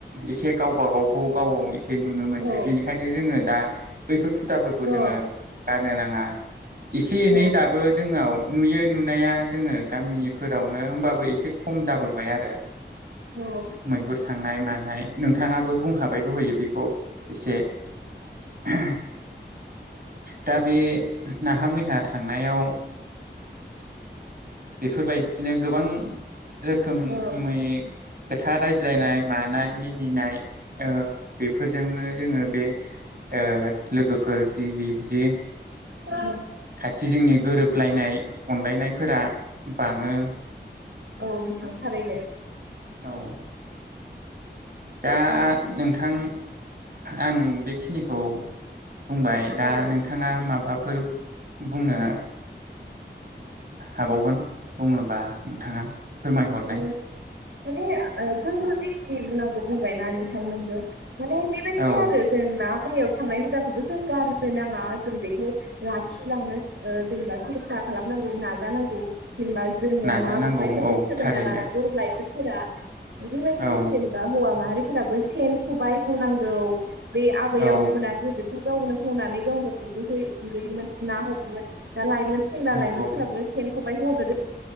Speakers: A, on the right; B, on the right.
A: एसे गावबा गावखौ गाव एसे जे नुनो मोनसै
B: औ
A: बेनिखायनो जोङो दा बैफोर <unintelligible> जाबोरखौ‌
B: औ
A: जोङो गार नो नाङा एसे एनै
B: औ
A: दाबो जोंनाव नुयो नु मोननाया जोङो गामिफोरावनो होमबाबो एसे खम जाबोबाय आरो
B: औ
A: मैहुर थांनाय मानाय नोंथाङाबो बुंखाबाय दहयो बेखौ एसे <unintelligible> दा बे नाहा मैहा थांनायाव बेफोरबायदिनो गोबां रोखोमै
B: औ
A: खोथा रायज्लायनाय मानाय मिनिनाय ओ बेफोरजोंनो जोङो बे ओ लोगोफोर दि बिदि
B: औ
A: खाथि जोंनि गोरोबलायनाय फोरा बाङो
B: औ नोंथां थारैनो
A: औ दा नोंथां आं बेखिनिखौ बुंबाय दा
B: औ
A: नोंथाङा माबाफोर बुंनो हाबावगोन बुङोबा नोंथाङा <inaudible> फोरमायहरनाय
B: औ माने जोंखौ जेखि होनांगौ बुंबायना नोंथांमोनबो माने बेबायदि
A: औ
B: आरो जोंना हारियाव थांनाय हुदाखौबो जों गारनो नाङा जों बेखौ लाखिलांनो जेनेबा सेस्था खालामनांगौ नाजानांगौ जेनेबा जोंना
A: नाजानांगौ
B: ना सोंलोंना
A: औ थारैनो
B: लानांगौ लाइभ फोरा बिदिबाय
A: औ
B: जेनेबा हौवा माहारि फोराबो सेन खबाइखौ नांगौ बे आबै
A: औ
B: आबौमोना गोदोथ' गावनो हनानै गावनो गुहै गुहैयोमोन ना हमोमोन ना ला मोन सेंग्रा
A: नंगौ
B: लाइमोनफोराबो सेन खबायखौ ह